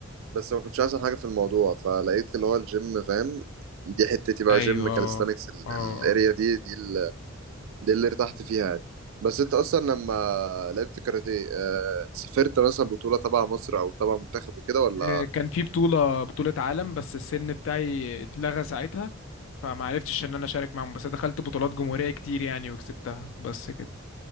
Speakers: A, on the right; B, on the left.
A: بس ما كنتش احسن حاجه في الموضوع فلقيت اللي هو الجيم فاهم دي حتتي بقى
B: ايوه
A: جيم
B: اه
A: كاليستانكس الاريا
B: اه
A: دي دي, ال- دي اللي ارتحت فيها يعني بس انت اصلا لما لعبت كاراتيه آه، سافرت مثلا بطوله تبع مصر او تبع منتخب وكده ولا
B: آه، كان في بطولة بطولة عالم بس السن بتاعي اتلغى ساعتها فما عرفتش ان انا اشارك معاهم بس دخلت بطولات جمهورية كتير يعني وكسبتها بس كده